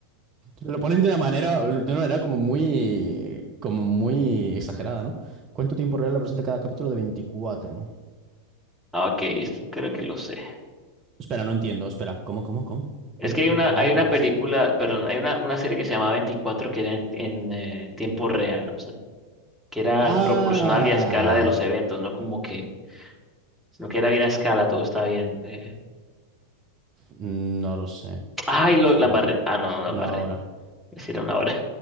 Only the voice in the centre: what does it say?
Ah, Ok, esto creo que lo sé.
Es
que hay
una,
hay una
película, perdón, hay una, una serie que se llama Veinticuatro que era en, en, eh, tiempo real, o sea, que era
proporcional y a escala de los eventos, no como que, sino que era bien a escala, todo estaba bien. eh.
Ay, lo,
la embarré.
Ah, no, no, la
embarré.
Es decir, era una hora.